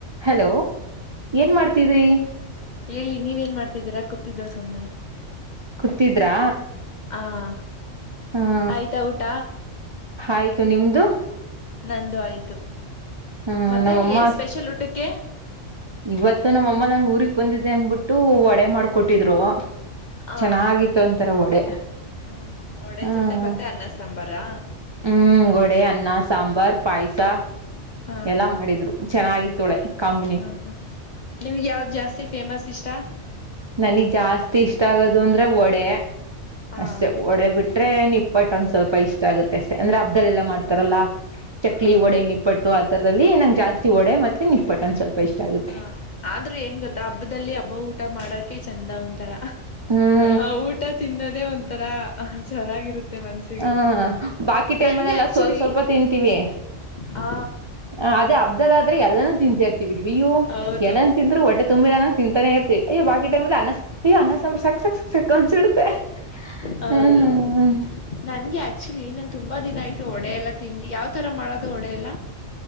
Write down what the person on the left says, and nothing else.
ಹೇಳಿ ನೀವೇನ್ ಮಾಡ್ತಿದ್ದೀರಾ ಕೂತಿದ್ದ ಸುಮ್ಮ್ನೆ.
ಹ
ಆಯ್ತಾ ಊಟ.
ನಂದು ಆಯ್ತು
ಮತ್ತೆ
ಏನ್ ಸ್ಪೆಷಲ್ ಊಟಕ್ಕೆ.
ಆ
ಹ ಹಾ ಒಡೆ
ಜೊತೆ ಮತ್ತೆ ಅನ್ನ ಸಾಂಬಾರಾ
ಹಾ
ಹಾ
ಹಾ ಹಾ ನಿಮ್ಗೆ ಯಾವ್ದ್ ಜಾಸ್ತಿ ಫೇಮಸ್ ಇಷ್ಟ.
ಹಾ
ಹಾ
ಹಾ
ಹಾ ಆದ್ರೂ ಎನ್ ಗೊತ್ತ ಹಬ್ಬದಲ್ಲಿ ಹಬ್ಬ ಊಟ ಮಾಡಕೆ ಚಂದ ಒಂತರ.
ಆ ಊಟ ತಿನ್ನದೇ ಒಂಥರ ಚೆನ್ನಾಗಿರುತ್ತ <unintelligible> ಮನಸಿಗೆ
ನನಗೆ ಆಕ್ಚುಲಿ.
ಹಾ
ಹೌದು
ಹೌದು
ನನ್ಗೆ ಆಕ್ಚುಲಿ ನಾನ್ ತುಂಬಾ ದಿನ ಆಯತು ಒಡೆ ಎಲ್ಲಾ ತಿಂದಿ ಯಾವ್ ತರ ಮಾಡೋದು ಒಡೆ ಎಲ್ಲಾ.